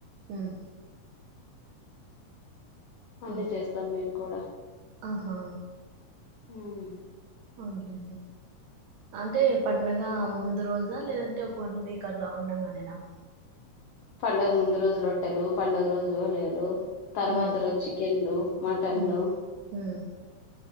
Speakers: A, on the right (about 75°); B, on the left (about 85°).
A: ఉమ్
B: అన్ని
A: అవునులే
B: చేస్తాం మేము కూడా
A: ఆహా
B: ఉమ్
A: అవున్లెండి అంటే పండగ ముందు రోజా లేదంటే ఒక వన్ వీక్ అట్లా ఉండంగానేనా
B: పండుగ ముందు రోజు రొట్టెలు పండుగ రోజు ఓలేలు తర్వాత
A: ఉమ్
B: రోజు చికెన్లు మటన్లు
A: ఉమ్ ఉమ్